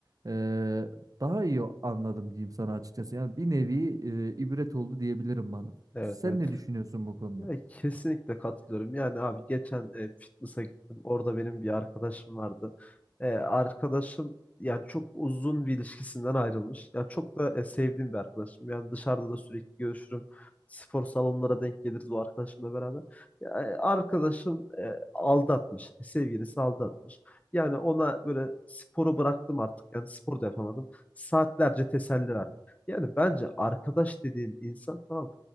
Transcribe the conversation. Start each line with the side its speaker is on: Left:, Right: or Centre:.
Right: e, daha iyi anladım diyeyim sana açıkçası. Yani bir nevi e, ibret oldu diyebilirim bana.
Left: Evet
Right: Sen
Left: evet.
Right: ne düşünüyorsun bu konuda?
Left: Ya kesinlikle katılıyorum. Yani abi geçen e, fitness'a gittim. Orada benim bir arkadaşım vardı. E, arkadaşım yani çok uzun bir ilişkisinden ayrılmış. ya çok da e, sevdiğim bir arkadaşım. Yani dışarıda da sürekli görüşürüm. Spor salonlara denk geliriz o arkadaşımla beraber. Ya, e, arkadaşım e, aldatmış. E, Sevgilisi aldatmış. Yani ona böyle sporu bıraktım artık. Yani spor da yapamadım. Saatlerce teselli verdim. Yani bence arkadaş dediğin insan tamam mı?